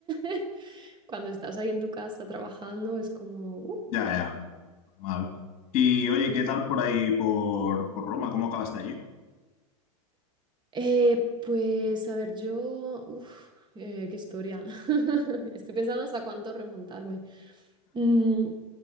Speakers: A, on the right; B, on the left.
A: <laughs> Cuando estás ahí en tu casa trabajando, es como, "Uh".
B: Ya, ya, normal. Y oye, ¿qué tal por ahí, por, por Roma? ¿Cómo acabaste allí?
A: Eh, pues a ver, yo, uf, eh, qué historia. <laughs> Estoy pensando hasta cuánto remontarme. Mm,